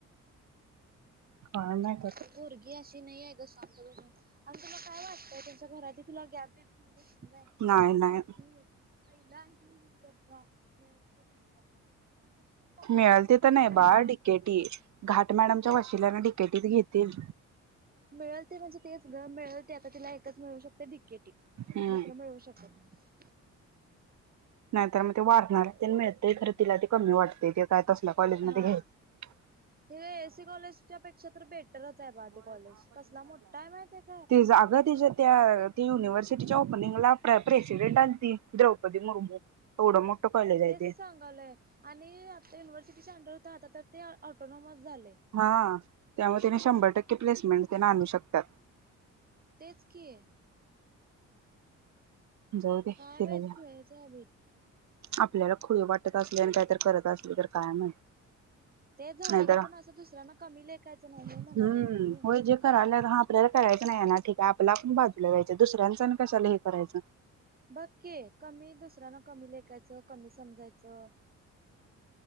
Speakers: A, on the right; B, on the right.
A: काय नाही तर.
B: ती पोरगी अशी नाही आहे ग, शांतबसून आन तुला काय वाटत. तुच्या घरात तुला घ्येउल देतील बा
A: नाही नाही
B: आणखी, आहिला आणब् जा मिळते त जा <inaudible> जा जशी पण कॉलेजला
A: मिळलते
B: सांगत
A: त
B: होते
A: नाही बा
B: हे चांगलं
A: डीकेटीये, घाट मॅडमच्या
B: म्हणजे
A: वशिल्यांने डीकेटीत घेतीय ती.
B: मिळलते म्हणजे तेच ग मिळते आता तिला एकच मिळू शकते डिकेटी.
A: हम्म
B: दुसरं मिळवू शकत नाही.
A: नाहीतर मग ते वाारणार मिळत खरं तिला, ते कमी वाटते ते काय तसल्या कॉलेजमध्येध्ये
B: हा
A: घ्यायला.
B: हे एसी कॉलेजच्या पेक्षा तर बेटरच आहे बा, ते कॉलेज कसला मोठाये माहिती का?
A: ते जागा त्याच्या त्या ते युनिव्हर्सिटीच्या ओपनिंगला प्र प्रेसिडेंट आलती द्रौपदी मुर्मू. एवडं मोठ कलेजय
B: तेच
A: तेे.
B: आणि आता युनिव्हर्सिटी अंडर होत, आता तर ते ऑटोनॉमस झालय.
A: हा त्यामुळे त्याने शंभर टक्के, प्लेसमेंट त्यांना आणू शकतात.
B: तेच की.
A: जाऊ दे
B: काय
A: तिला
B: माहित,
A: घ्या.
B: खुळच हाय भेत
A: आपल्याला खुळी वाटत असली, आणि काहीतरी करत असले तर काय माहित.
B: तेच झालं
A: नाहीतर
B: ग पण, असं दुसऱ्यांना कमी लेखायचं नाही हे म्हणालोय
A: हम्म
B: ग मी.
A: होय जे करायला हा आपल्याला करायचं नाहीये ना ठीके, आपल्या आपण बाजूला व्हायच, दुसऱ्यांचंन कशाला हे करायचं.
B: <unintelligible>